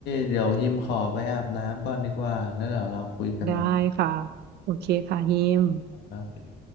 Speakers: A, on the left; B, on the right.
A: เดี๋ยวฮิมขอไปอาบน้ำก่อนดีกว่าแล้วเดี๋ยวเราคุยกันใหม่
B: ได้ค่ะโอเคค่ะฮิม
A: ครับ